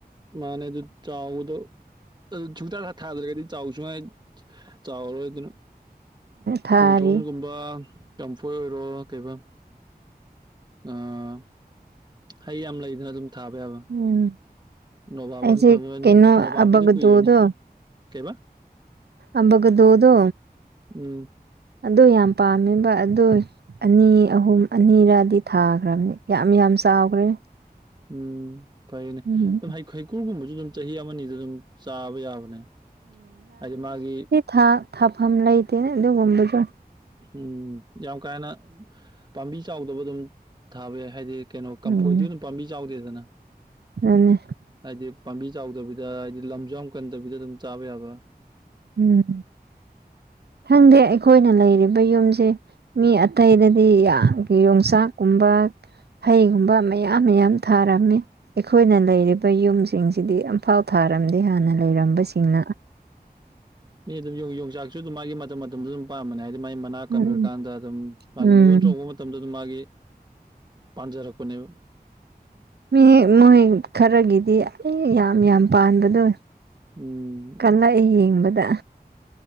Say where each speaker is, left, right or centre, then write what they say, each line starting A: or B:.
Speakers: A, on the right; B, on the right.
A: ꯃꯥꯅꯦ ꯑꯗꯨ ꯆꯥꯎꯕꯗꯨ ꯑꯗꯨ ꯁꯨꯛꯇꯥ ꯊꯥꯗ꯭ꯔꯒꯗꯤ ꯆꯥꯎꯁꯨ ꯆꯥꯎꯔꯔꯣꯢꯗꯨꯅ
B: ꯊꯥꯔꯤ
A: ꯄꯨꯡꯊꯣꯟꯒꯨꯝꯕ ꯀꯝꯐꯣꯏ ꯑꯣꯏꯔꯣ ꯀꯩꯕ ꯑꯥ ꯍꯩ ꯌꯥꯝ ꯂꯩꯗꯅ ꯑꯗꯨꯝ ꯊꯥꯕ ꯌꯥꯕ
B: ꯎꯝ
A: ꯅꯣꯕꯥꯞ
B: ꯑꯩꯁꯦ
A: ꯑꯃ ꯊꯝꯃ
B: ꯀꯩꯅꯣ
A: ꯅꯣꯕꯥꯞꯄꯨꯗꯤ
B: ꯑꯕꯒꯗꯣ
A: ꯀꯨꯏꯔꯅꯤ
B: ꯗꯣ
A: ꯀꯩꯕ
B: ꯑꯝꯕꯒꯗꯣꯗꯣ
A: ꯎꯝ
B: ꯑꯗꯨ ꯌꯥꯝ ꯄꯥꯝꯃꯦꯕ ꯑꯗꯨ ꯑꯅꯤ ꯑꯍꯨꯝ ꯑꯅꯤꯔꯗꯤ ꯊꯥꯈ꯭ꯔꯕꯅꯦ ꯌꯥꯝ ꯌꯥꯝ ꯆꯥꯎꯈ꯭ꯔꯦ
A: ꯎꯝ ꯐꯩꯅꯦ
B: ꯎꯝ
A: ꯍꯩ ꯍꯩꯒ꯭ꯔꯨ ꯒꯨꯝꯕꯁꯨ ꯑꯗꯨꯝ ꯆꯍꯤ ꯑꯃꯅꯤꯗ ꯑꯗꯨꯝ ꯆꯥꯕ ꯌꯥꯕꯅꯦ ꯍꯥꯏꯗꯤ ꯃꯥꯒꯤ
B: ꯊꯥ ꯊꯥꯐꯝ ꯂꯩꯇꯦꯅꯦ ꯑꯗꯨꯒꯨꯝꯕꯗꯣ
A: ꯎꯝ ꯌꯥꯝ ꯀꯥ ꯍꯦꯟꯅ ꯄꯥꯝꯕꯤ ꯆꯥꯎꯗꯕ ꯑꯗꯨꯝ ꯊꯥꯕ ꯌꯥꯏ ꯍꯥꯏꯗꯤ ꯀꯩꯅꯣ ꯀꯝꯐꯣꯏꯗꯤ
B: ꯎꯝ
A: ꯑꯗꯨꯝ ꯄꯥꯝꯕꯤ ꯆꯥꯎꯗꯦꯗꯅ
B: ꯑꯗꯨꯅꯦ
A: ꯍꯥꯏꯗꯤ ꯄꯥꯝꯕꯤ ꯆꯥꯎꯗꯕꯤꯗ ꯍꯥꯏꯗꯤ ꯂꯝꯖꯨ ꯌꯥꯝ ꯀꯟꯗꯕꯤꯗ ꯑꯗꯨꯝ ꯆꯥꯕ ꯌꯥꯕ
B: ꯎꯝ ꯈꯪꯗꯦ ꯑꯩꯈꯣꯏꯅ ꯂꯩꯔꯤꯕ ꯌꯨꯝꯁꯦ ꯃꯤ ꯑꯇꯩꯗꯗꯤ ꯌꯥꯝ ꯌꯣꯡꯆꯥꯛꯒꯨꯝꯕ ꯍꯩꯒꯨꯝꯕ ꯃꯌꯥꯝ ꯃꯌꯥꯝ ꯊꯥꯔꯝꯃꯤ ꯑꯩꯈꯣꯏꯅ ꯂꯩꯔꯤꯕ ꯌꯨꯝꯁꯤꯡꯁꯤꯗꯤ ꯑꯝꯐꯥꯎ ꯊꯥꯔꯝꯗꯦ ꯍꯥꯟꯅ ꯂꯩꯔꯝꯕꯁꯤꯡꯅ
A: ꯃꯤ ꯑꯗꯨꯝ ꯌꯣꯡ ꯌꯣꯡꯆꯥꯛ ꯑꯗꯨꯝ ꯃꯥꯒꯤ ꯃꯇꯝ ꯃꯇꯝꯗ ꯑꯗꯨꯝ ꯄꯥꯟꯕꯅꯦ ꯍꯥꯏꯗꯤ ꯃꯥꯒꯤ ꯃꯅꯥ ꯀꯟꯈ꯭ꯔꯀꯥꯟꯗ
B: ꯎꯝ
A: ꯑꯗꯨꯝ ꯃꯥꯒꯤ
B: ꯎꯝ
A: ꯃꯌꯣꯟ ꯆꯣꯡꯕ ꯃꯇꯝꯗꯨꯗ ꯃꯥꯒꯤ ꯄꯥꯟꯖꯔꯛꯄꯅꯦꯕ
B: ꯃꯤ ꯃꯣꯏ ꯈꯔꯒꯤꯗꯤ ꯑꯦ ꯌꯥꯝ ꯌꯥꯝ ꯄꯥꯟꯕꯗꯣ
A: ꯎꯝ
B: ꯀꯜꯂꯛꯏ ꯌꯦꯡꯕꯗ